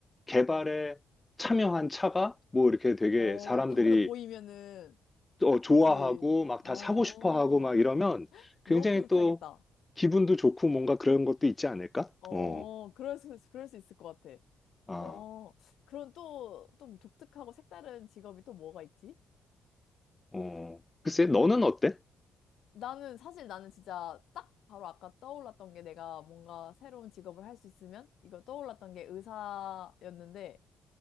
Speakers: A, on the left; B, on the left.
A: 개발에 참여한 차가 뭐 이렇게 되게
B: 어,
A: 사람들이
B: 밖에서 보이면은.
A: 또 좋아하고
B: 그치.
A: 막
B: 어.
A: 다 사고 싶어 하고 막 이러면
B: 너무
A: 굉장히
B: 뿌듯하겠다.
A: 또 기분도 좋고 뭔가 그런 것도 있지 않을까?
B: 어,
A: 어,
B: 그럴 수, 그럴 수 있을 것 같아.
A: 아,
B: 어. 그럼 또, 또 독특하고 색다른 직업이 또 뭐가 있지?
A: 어. 글쎄, 너는 어때?
B: 나는 사실 나는 진짜 딱 바로 아까 떠올랐던 게 내가 뭔가 새로운 직업을 할 수 있으면 이거 떠올랐던 게 의사였는데